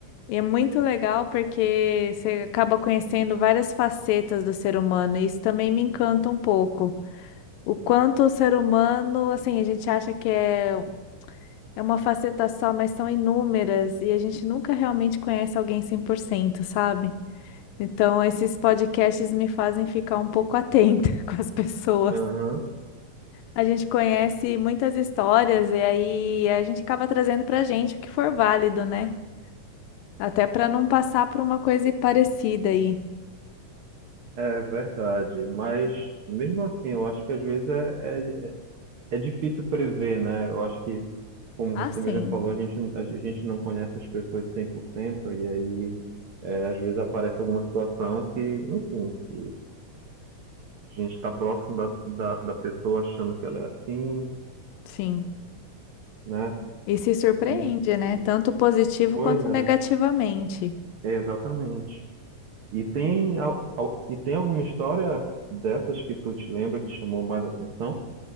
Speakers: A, on the left; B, on the right.
A: E é muito legal porque você acaba conhecendo várias facetas do ser humano, e isso também me encanta um pouco. O quanto o ser humano, assim, a gente acha que é, é uma faceta só, mas são inúmeras, e a gente nunca realmente conhece alguém 100%, sabe? Então, esses podcasts me fazem ficar um pouco atenta <laughs> com as pessoas.
B: aham.
A: A gente conhece muitas histórias, e aí a gente acaba trazendo pra gente o que for válido, né? Até para não passar por uma coisa parecida aí.
B: É verdade, mas mesmo assim, eu acho que às vezes é, é, é difícil prever, né? Eu acho que, como
A: Ah,
B: você
A: sim,
B: mesmo falou, a gente, a gente não conhece as pessoas 100% e aí é, às vezes aparece alguma situação que, enfim, que a gente está próximo da, da, da pessoa achando que ela é assim,
A: sim.
B: né?
A: E se surpreende,
B: E,
A: né?
B: e
A: Tanto positivo
B: pois
A: quanto
B: é,
A: negativamente.
B: Exatamente. E tem, al- al- e tem alguma história dessas que tu te lembra que chamou mais atenção?